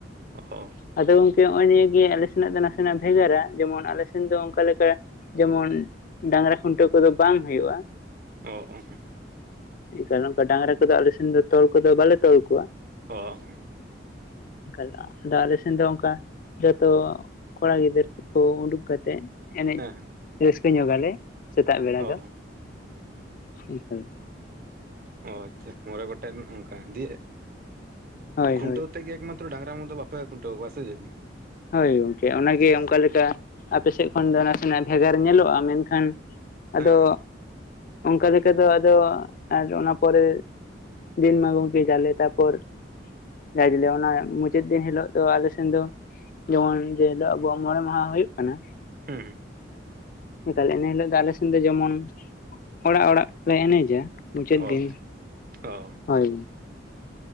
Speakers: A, on the right; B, on the left.
A: ᱚ
B: ᱟᱫᱚ ᱜᱚᱝᱠᱮ ᱱᱚᱜᱼᱚᱭ ᱱᱤᱭᱟᱹ ᱜᱮ ᱟᱞᱮ ᱥᱮᱱᱟᱜ ᱫᱚ ᱱᱟᱥᱮᱱᱟᱜ ᱵᱷᱮᱜᱟᱨᱟ ᱡᱮᱢᱚᱱ ᱟᱞᱮ ᱥᱮᱱ ᱫᱚ ᱚᱱᱠᱟ ᱞᱮᱠᱟ ᱡᱮᱢᱚᱱ ᱰᱟᱝᱨᱟ ᱠᱷᱩᱱᱴᱟᱹᱣ ᱠᱚ ᱫᱚ ᱵᱟᱝ ᱦᱩᱭᱩᱜᱼᱟ᱾
A: <unintelligible> <unintelligible>
B: ᱮᱱᱠᱷᱟᱱ ᱚᱱᱠᱟ ᱰᱟᱝᱨᱟ ᱠᱚ ᱫᱚ ᱟᱞᱮ ᱥᱮᱱ ᱫᱚ ᱛᱚᱞ ᱠᱚ ᱫᱚ ᱵᱟᱞᱮ ᱛᱚᱞ ᱠᱚᱣᱟ᱾
A: ᱚ <unintelligible>
B: ᱮᱠᱟᱞ ᱟᱫᱚ ᱟᱞᱮ ᱥᱮᱱ ᱫᱚ ᱚᱱᱠᱟ ᱡᱷᱚᱛᱚ ᱠᱚᱲᱟ ᱜᱤᱫᱟᱹᱨ ᱠᱚ <unintelligible> ᱩᱰᱩᱠ ᱠᱟᱛᱮᱫ ᱮᱱᱮᱡ
A: ᱦᱮᱸ
B: ᱨᱟᱹᱥᱠᱟᱹ ᱧᱚᱜᱽ ᱟᱞᱮ᱾ ᱥᱮᱛᱟᱜ ᱵᱮᱲᱟ
A: ᱚ
B: ᱫᱚ <unintelligible> ᱮᱠᱟᱞ᱾
A: <unintelligible> ᱟᱪᱪᱷᱟ ᱢᱚᱬᱮ ᱜᱚᱴᱮᱱ ᱚᱱᱠᱟ ᱫᱤᱭᱮ
B: ᱦᱳᱭ
A: ᱠᱷᱩᱱᱴᱟᱹᱣ
B: ᱦᱳᱭ
A: <unintelligible> ᱰᱟᱝᱨᱟ <unintelligible> ᱫᱚ ᱵᱟᱯᱮ ᱠᱷᱩᱱᱴᱟᱹᱣ ᱠᱚᱣᱟ ᱥᱮ ᱪᱮᱫ?
B: ᱦᱳᱭ ᱜᱚᱝᱠᱮ ᱚᱱᱟ ᱜᱮ
A: ᱚ
B: ᱚᱱᱠᱟ ᱞᱮᱠᱟ ᱟᱯᱮ ᱥᱮᱫ ᱠᱷᱚᱱ ᱫᱚ ᱱᱟᱥᱮᱱᱟᱜ ᱵᱷᱮᱜᱟᱨ ᱧᱮᱞᱚᱜᱼᱟ ᱢᱮᱱ ᱠᱷᱟᱱ ᱟᱫᱚ
A: ᱦᱮᱸ
B: ᱚᱱᱠᱟ ᱞᱮᱠᱟ ᱫᱚ ᱟᱫᱚ ᱟᱨ ᱚᱱᱟ ᱯᱚᱨᱮ ᱫᱤᱱ ᱢᱟ ᱜᱚᱢᱠᱤ ᱡᱟᱞᱮ ᱛᱟᱨ ᱯᱚᱨ <unintelligible> <unintelligible> ᱚᱱᱟ ᱢᱩᱪᱟᱹᱫ ᱫᱤᱱ ᱦᱤᱞᱳᱜ ᱫᱚ ᱟᱞᱮ ᱥᱮᱱ ᱫᱚ ᱡᱮᱢᱚᱱ ᱡᱮ ᱦᱤᱞᱳᱜ ᱟᱵᱚᱣᱟᱜ ᱢᱚᱲᱮ ᱢᱟᱦᱟ ᱠᱟᱱᱟ
A: ᱦᱮᱸ ᱦᱮᱸ᱾
B: ᱮᱠᱟᱞ ᱮᱱᱮ ᱦᱤᱞᱳᱜ ᱫᱚ ᱟᱞᱮ ᱥᱮᱱ ᱫᱚ ᱡᱮᱢᱚᱱ ᱚᱲᱟᱜ ᱚᱲᱟᱜ ᱞᱮ ᱮᱱᱮᱡᱟ
A: <unintelligible>
B: ᱢᱩᱪᱟᱹᱫ ᱫᱤᱱ
A: <unintelligible>
B: ᱦᱳᱭ᱾